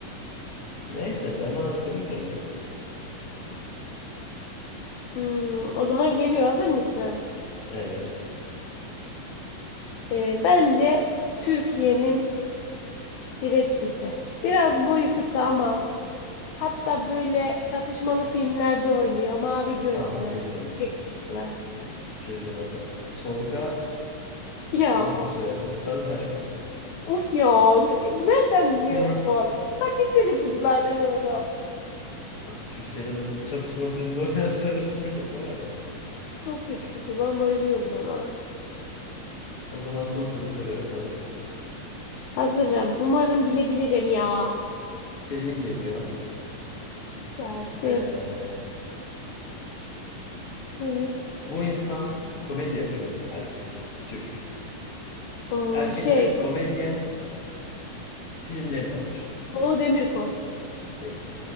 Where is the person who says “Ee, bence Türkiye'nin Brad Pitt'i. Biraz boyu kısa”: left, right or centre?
Left